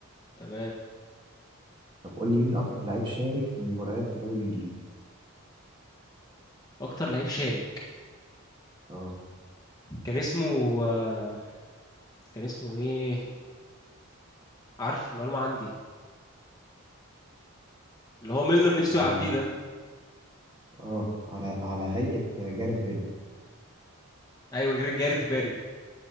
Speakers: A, on the left; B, on the right.
A: تمام
B: طب قول لي مين اكتر لعيب شارك في مباريات في الدوري الانجليزي
A: اكتر لعيب شارك
B: اه
A: كان اسمه آه كان اسمه ايه عارف معلومه عندي اللي هو ميلنر نفسه
B: انا على
A: يعديه ده
B: اه على على هيئة جاريث بيل
A: ايوه جاري- جاريث باري